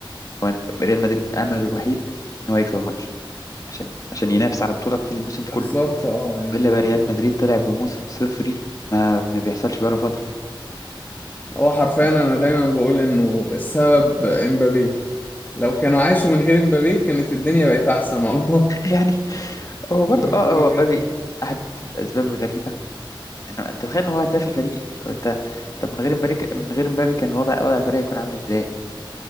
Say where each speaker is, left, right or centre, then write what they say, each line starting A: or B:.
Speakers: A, on the left (about 40°); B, on the left (about 20°).
A: هو ريال مدريد امله الوحيد ان هو يكسب الماتش عشان عشان ينافس على بطوله في الموسم كله
B: بالظبط اه يعني
A: والا بقى ريال مدريد طلع بموسم صفري ما ما بيحصلش بقاله فتره
B: هو حرفيا
A: <laughs>
B: أنا دايما بقول إنه السبب إمبابي لو كانوا عاشوا من غير إمبابي كانت الدنيا بقت أحسن والله
A: يعني هو برضو
B: <laughs>
A: اه آه،
B: بجد
A: هو مبابي احد الاسباب الغريبه انه انت تخيل ان هو هداف الفريق طب انت طب من غير مبابي من غير مبابي كان الوضع وضع الفريق هيكون عامل ازاي